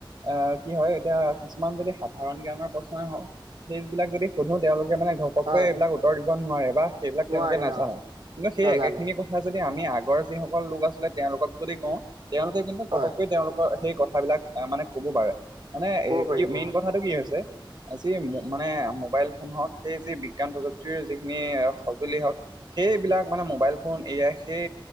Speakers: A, on the right; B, on the right.
A: আহ কি হয় এতিয়া কিছুমান যদি সাধাৰণ জ্ঞানৰ প্ৰশ্নই হয়ওক, সেইজ বিলাক যদি সুধো তেওঁলোকে মানে ঘ ঘপকে
B: হয়,
A: এইবিলাক উত্তৰ দিব নোৱাৰে বা সেইবিলাক
B: নোৱাৰে
A: তেওঁলোকে নাজানে
B: অ,
A: কিন্তু সেই
B: নাজানে।
A: একেখিনি কথা, যদি আমি আগৰ যিসকল লোক আছিলে তেওঁলোকক যদি কওঁ তেওঁলোকে কিন্তু
B: হয়,
A: পটককৈ তেওঁলোক, সেই কথাবিলাক এ মানে ক'ব পাৰে মানে
B: ক'ব
A: এ
B: পাৰিব
A: কি মেইন
B: অ,
A: কথাটো কি হৈছে। যি মানে মোবাইল ফোন হওক সেই যি বিজ্ঞান প্ৰযুক্তিৰ যিখিনি সঁজুলি হওক, সেইবিলাক মানে মোবাইল ফোন এ আই সেই